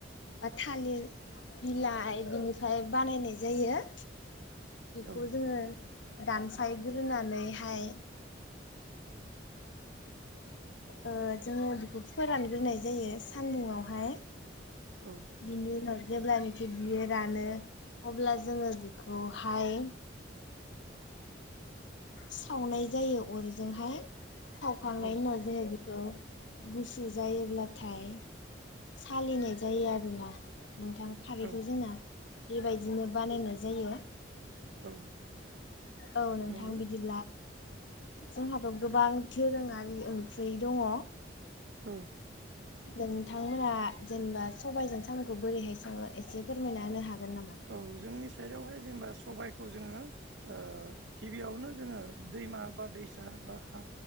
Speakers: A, on the left; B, on the right.
A: बा थालिर बिलाइ बिनिफ्राय बानायनाय जायो बेखौ
B: औ
A: जोङो दानफायग्रोनानैहाय ओ जोङो बेखौ फोरानग्रोनाय जायो सान्दुङावहाय
B: औ
A: बिनि उनाव जेब्लानिखि बियो रानो अब्ला जोङो बिखौहाय सावनाय जायो अरजोंहाय सावखांनायनि
B: औ
A: उनाव जोङो गुसु जायोब्लाथाय सालिनाय जायो आरोना नोंथां खारैखौ
B: औ
A: जोंना बेबायदिनो बानायनाय जायो
B: औ
A: औ नोंथां
B: नंगौ
A: बिदिब्ला जोंहाथ' गोबां दोरोङारि ओंख्रि दङ
B: औ
A: नोंथांमोना जेनेबा सबाइजों साम'खौ बोरैहाय सङो एसे फोरमायना होनो हागोन नामा?
B: औ जोंनि साइदावहाय जेनेबा सबाइ खौ जोङो ओ गिबियावनो जोङो दैमा बा दैसा बा हा